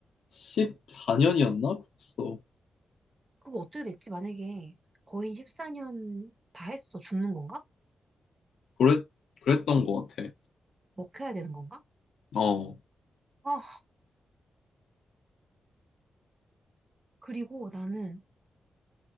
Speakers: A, on the left; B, on the right.
A: 14년이었나? 그랬어.
B: 그거 어떻게 됐지? 만약에 거인 14년 다 했어. 죽는 건가?
A: 그랬, 그랬던 것 같아.
B: 먹혀야 되는 건가?
A: 어,
B: 아, 그리고 나는